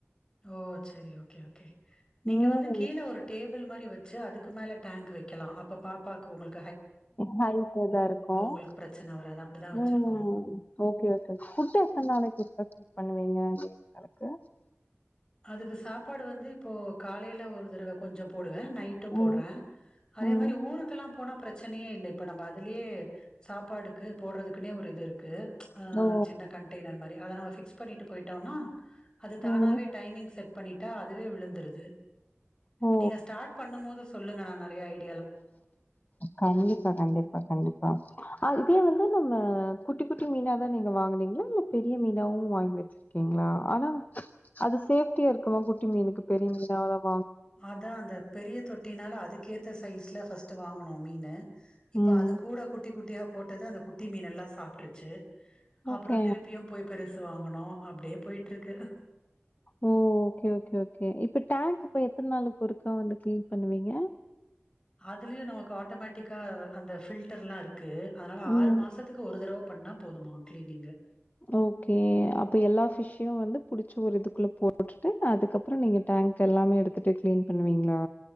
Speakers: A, on the left; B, on the left.
A: ஓ சரி ஓகே ஓகே நீங்க
B: ம்
A: வந்து கீழே ஒரு டேபிள் <unintelligible> மாறி வச்ச வச்சுஅதுக்கு மேல டேங்க் வைக்கலாம் பாக்க உங்களுக்
B: நைட்ல இருக்கும்
A: உங்களுக்கு பிரச்சன வராது அப்டிதா வச்சிருக்கோ
B: ம்ம் ஓகே ஓகே ஃபுட் எத்தன நாளைக்கு பண்ணுவீங்க அப்படி யங்களுக்கு
A: அதுக்கு சாப்பாடு வந்து இப்போ காலையில ஒரு தடவை கொஞ்சம் போட் நைட்டும் போடுறேன்
B: ம்
A: அதே
B: ம்
A: மாதிரி ஊருக்கெல்லாம் ஊருக்குபோனா பிரச்சனையே இல்லை இப்ப நம்ம அதுலேயே சாப்பாடுக்கு போடுறதுக்குன்னே ஒரு இது இருக்கு ஆஹ
B: ஓ
A: சின்ன கண்டைனர் மாரி அதை நம்ம ஃபிக்ஸ் பண்ணிட்டு போயிட்டோம்னா அது தானாவே
B: ம்
A: டைமிங் செட் பண்ணிட்டா அதுவே விழுந்துருது
B: ஓ
A: நீங்க ஸ்டார்ட் பண்ணும் போது சொல்லுங்க நான் <unintelligible>
B: கண்டிப்பா கண்டிப்பா கண்டிப்பா அத வந்து நம்ம குட்டி குட்டி மீனா தான் நீங்க வாங்குறீங்களா இல்ல பெரிய மீனாவும் வாங்கி வச்சிருக்கீங்களா ஆனா அது சேஃப்டியா இருக்குமா குட் சின்ன மீனுக்கு பெரிய மீன அவ்வளவா
A: அதான் அந்த பெரிய தொட்டினால அதுக்கேற்ற சைஸில் பஸ்ட்டு வாங்கனும் மீன் இப்ப
B: ம்.
A: அது கூட குட்டி குட்டி யா போட்டது அந்த குட்டி மீன்னெல்லாம் சாப்பிட்டுருச்சு
B: ஓகே.
A: அப்புறம் திருப்பியும் போய் பெருசு வாங்கனும் அப்படியே போயிட்டு இருக்கு
B: ஓ ஓகே ஓகே ஓகே இப்ப டேங்க் இப்ப எத்தனை நாளுக்கு ஒருக்கா வந்து கிளீன் பண்ணுவீங்க
A: அதுலயும் நமக்கு ஆட்டோமேட்டிக்கா அந்த பில்டர் எல்லாம் இருக்கு இருக்கு அதனால
B: ம்.
A: ஆறு மாசத்துக்கு ஒரு தடவை பண்ணா போதுமா க்லீ நீங்கு
B: ஓகே அப்ப எல்லா பிஷ்யும் வந்து புடிச்சு ஒரு இதுக்குள்ள போட்டுட்டு அதுக்கப்புறம் நீங்க டேங்க் எல்லாமே எடுத்துட்டு கிளீன் பண்ணுவீங்களா